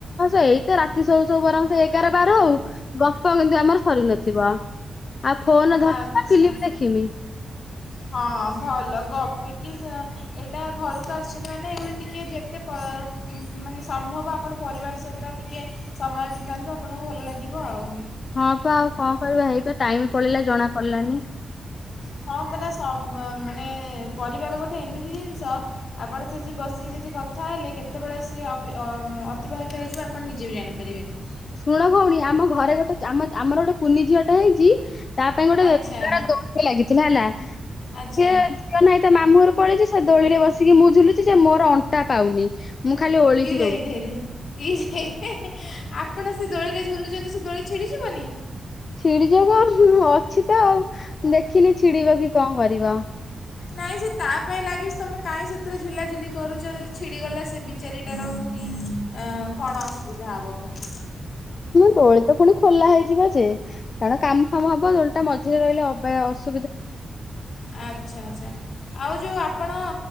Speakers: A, on the left; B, on the left.
A: ଏଇତ ରାତି ଶୋଉ ଶୋଉ ବରଂ ସେ ଏଗାର ବାର ଆଉ ଗପ କିନ୍ତୁ ଆମର। ସରି ନଥିବ ଆଉ ଫୋନ ଧରିମି
B: ଆଚ୍ଛା
A: ନା ଫିଲ୍ମ ଦେଖିମି।
B: ହଁ ଭଲ ଗପିକି ଏ ଏଇଟା ଘରକୁ ଆସୁଛନ୍ତି ମାନେ ଏଇଭଳି ଟିକେ ଯେତେ ପ ମାନେ ସମ୍ଭବ ଆପଣ ପରିବାର ସହିତ ଟିକେ ସମୟ ବିତାନ୍ତୁ ଆପଣଙ୍କୁ ଭଲ ଲାଗିବ ଆଉ।
A: ହଁ ପା ଆଉ କଣ କରିବା ହେଇପା ଟାଇମ ପଳେଇଲା ଜଣା ପଡିଲାନି।
B: ହଁ ପରା ସବ ମାନେ ପରିବାର ଗୋଟେ ଏମିତି ଜିନିଷ ଆପଣ ସେଠି ବସିକି ଯଦି କଥା ହେଲେ କେତେବେଳେ ସେ ଅ-ଅ-ଅତିବାହିତ ହେଇଯିବ ଆପଣ ନିଜେ ବି ଜାଣିପାରିବେନି।
A: ଶୁଣ ଭଉଣୀ ଆମ ଘରେ ଗୋଟେ ଆ-ଆ-ଆମର ଗୋଟେ କୁନି ଝିଅ ଟା ହେଇଛି। ତା ପାଇଁ ଗୋଟେ
B: ଆଚ୍ଛା
A: ଲୁଗାର ଦୋଳି ଲାଗିଥିଲା ହେଲା ସିଏ
B: ଆଚ୍ଛା
A: ଯିବ ନାହିଁ ତା ମାମୁଁ ଘର କୁ ପଳେଇଛି ସେ ଦୋଳିରେ ବସିକି ମୁଁ ଝୁଲୁଛି ଯେ ମୋର ଅଣ୍ଟା ପାଉନି। ମୁଁ ଖାଲି ଓଳିକି
B: ଇରେ
A: ରହୁଛି
B: ଇରେ ଇରେ ଇରେ ଇରେ। ଆପଣ ସେ ଦୋଳିରେ ଝୁଲୁଛନ୍ତି ସେ ଦୋଳି ଛିଡ଼ିଯିବନି।
A: ଛିଡି ଯିବ କଣ ଅଛି ତ ଆଉ ଦେଖିନି ଛିଡିବ କି କଣ କରିବ।
B: ନାଇଁ ସେ ତା ପାଇଁ ଲାଗିଛି ତମେ କାହିଁ ସେଥିରେ ଝୁଲାଝୁଲି କରୁଛ ଯଦି ଛିଡ଼ିଗଲା ସେ ବିଚାରି ଟାର ପୁଣି ଅ କଣ ଅସୁବିଧା ହବ ପୁଣି।
A: ଦୋଳି ତ ପୁଣି ଖୋଲା ହେଇଯିବ ଯେ କାରଣ କାମ ଫାମ ହବ ଦୋଳି ଟା ମଝିରେ ରହିଲେ ଅବା ଅସୁ
B: ଆଚ୍ଛା ଆଚ୍ଛା ଆଉ। ଯଉ ଆପଣ